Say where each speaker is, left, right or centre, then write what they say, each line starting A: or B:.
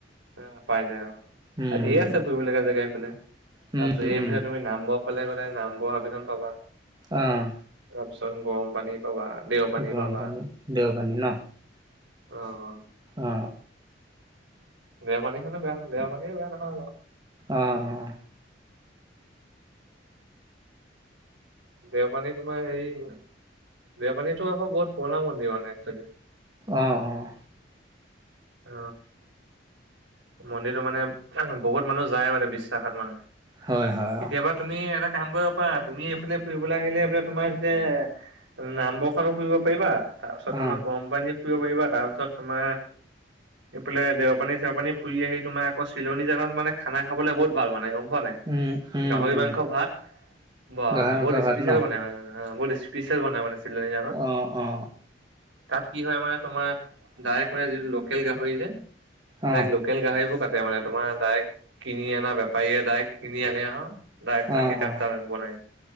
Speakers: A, on the right; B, on the right.
A: অ পাই যায়
B: উম
A: অ ধেৰ আছে ফুৰিব লগা জেগা এইফালে তাৰপিছত
B: উম
A: এইফালে
B: উম
A: তুমি নাম ব সেইফালে গ'লে নাম বৰ হাবিখন পাবা
B: আহ
A: তাৰপিছত গৰম পানী পাবা দেও পানী
B: গৰম
A: পাবা।
B: পানী, দেও পানী ন
A: অ অ
B: অ
A: দেও পানীখনো বেয়া দেও পানীখনো বেয়া নহয় বাৰু।
B: আহ।
A: দেও পানী তোমাৰ হেৰি দেও পানীটো আকৌ বহুত পুৰণা মন্দিৰ মানে চাগে।
B: আহ, আহ।
A: অ। মন্দিৰটো মানে বহুত মানুহ যায় মানে বিশ্বাসত মানে
B: হয় হয়
A: কেতিয়াবা
B: অ
A: তুমি এটা কাম কৰিব পাৰা। তুমি এইফালে ফুৰিবলৈ আহিলে এইফালে তোমাৰ যে নামবৰ্ষণো ফুৰিব পাৰিবা তাৰপিছত তোমাৰ
B: অ
A: গৰম পানী ফুৰি পাৰিবা, তাৰপিছত তোমাৰ এইফালে দেও পানী চেৰ পানী ফুৰি আহি তোমাৰ আকৌ চিলনী জানাত মানে খানা খাবলৈ বহুত ভাল মানে। খোৱা নাই
B: উম উম
A: গাহৰি
B: উম
A: মাংস ভাত বা
B: গাহৰি
A: বহুত
B: মাংস ভাত
A: স্পেচিয়েল
B: ন
A: বনাই মা অ, বহুত স্পেচিয়েল বনাব মানে চিলনী জানত
B: আহ অ।
A: তাত কি হয় মানে তোমাৰ ডাইৰেক্ট মানে যিটো লোকেল গাহৰি যে
B: অ
A: ডা লো সেইবোৰ কাটে মানে তোমাৰ ডাইৰেক্ট কিনি অনা বেপাৰীয়ে ডাইৰেক্ট কিনি আনে আৰু তাই কাটি
B: অ
A: তাত
B: অ
A: টা বনাই